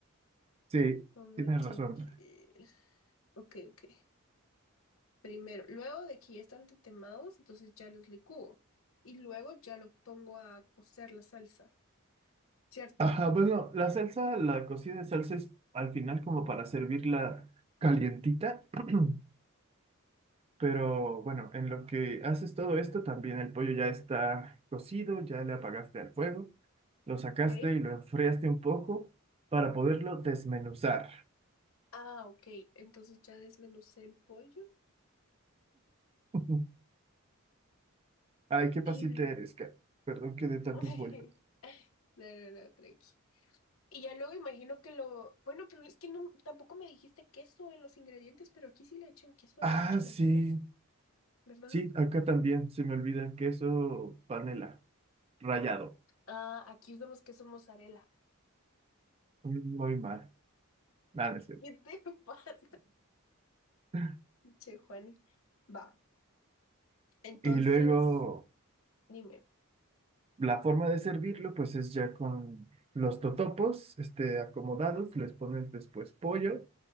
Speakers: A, on the right; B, on the left.
A: Sí,
B: Tomatille.
A: tienes razón.
B: Ok, ok. Primero, luego de que ya están tatemados, entonces ya los licúo. Y luego ya lo pongo a cocer la salsa, ¿cierto?
A: Ajá, bueno, la salsa, la cocida de salsa es al final como para servirla calientita. <clears throat> Pero bueno, en lo que haces todo esto, también el pollo ya está cocido, ya le apagaste al fuego. Lo sacaste
B: Ok.
A: y lo enfriaste un poco para poderlo desmenuzar.
B: Ah, ok. Entonces ya desmenucé el pollo
A: <laughs> Ay, qué
B: y...
A: paciente
B: lo-
A: eres, Kat. Perdón que dé tantas
B: <laughs>
A: vueltas.
B: No, no, no, tranqui. Y ya luego imagino que lo, bueno, pero es que no, tampoco me dijiste queso en los ingredientes, pero aquí sí le echan queso a
A: Ah,
B: los chilaquiles,
A: sí.
B: ¿verdad?
A: Sí, acá también se me olvida queso panela, rallado.
B: Ah, aquí usamos queso mozzarella.
A: Mm, Muy mal. Nada, es cierto.
B: ¿Qué te <laughs> pasa?
A: <laughs>
B: Che, Juani. Va, entonces,
A: Y luego
B: dime.
A: la forma de servirlo, pues es ya con los totopos, este, acomodados, les pones después pollo,